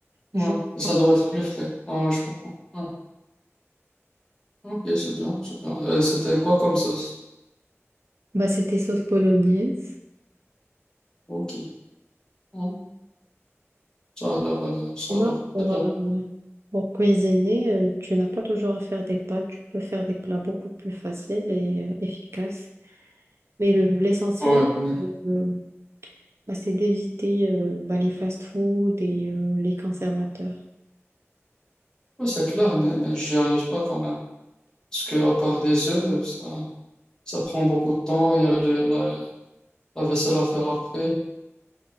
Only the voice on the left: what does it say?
Ouais.
Et ça
doit être plus frais. Ouais, je comprends. Ouais. Ok, c'est bien, c'est bien. Euh, c'était quoi comme sauce?
Ok. Ouais. Ça a l'air, euh, ça
a l'air
très bien.
Ouais, mais,
ouais, c'est clair, mais, mais j'y arrive pas quand même. Parce que à part des œufs, ça. Ça prend beaucoup de temps. Il y a les- la, la vaisselle à faire après.